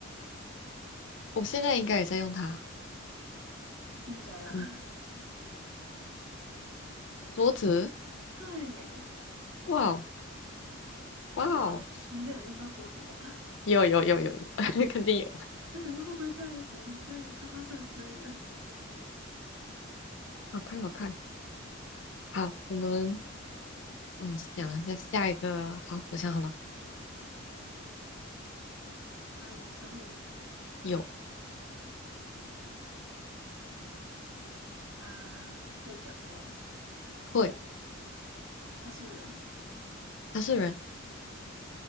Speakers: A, on the left; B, on the right.
A: 我现在应该也在用它。
B: 应该啦。
A: 嗯，桌子。
B: <laughs> 对，
A: 哇哦，哇哦，
B: 有吧？你应该有用到桌子吧？<laughs>
A: 有有有有有，<laughs> 肯定有，
B: 我想说会不会在嗯在沙发上之类的。<laughs>
A: 好快好快。
B: 好，
A: 好，我们嗯想一下下一个。好，我想好了，
B: 它有生命吗？
A: 有
B: 嗯，它会讲话吗？
A: 会，
B: 他是人，
A: 他是人，